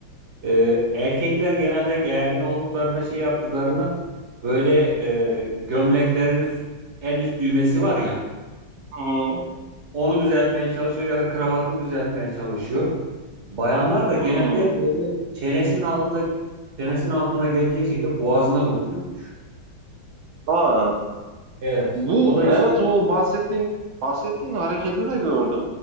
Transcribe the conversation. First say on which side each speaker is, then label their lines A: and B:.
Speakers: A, on the right; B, on the right.
A: Ee, erkekler genelde gergin olduklarında şey yaptıklarında böyle e, gömleklerinin en üst düğmesi var ya.
B: Hı hı.
A: Onu düzeltmeye çalışıyor ya da kravatını düzeltmeye çalışıyor. Bayanlar da genelde
B: Hmm.
A: böyle çenesinin altında çenesinin altına gelecek şekilde boğazına dokunuyormuş.
B: Aa,
A: Evet.
B: bu
A: O da işte
B: evet o bahsettiğin bahsettiğin hareketi de gördüm.